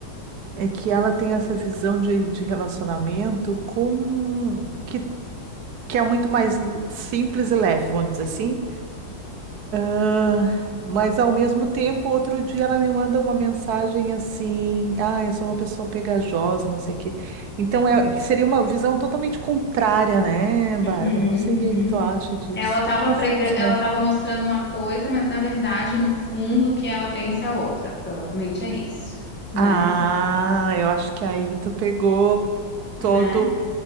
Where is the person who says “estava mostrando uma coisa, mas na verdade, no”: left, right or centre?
Centre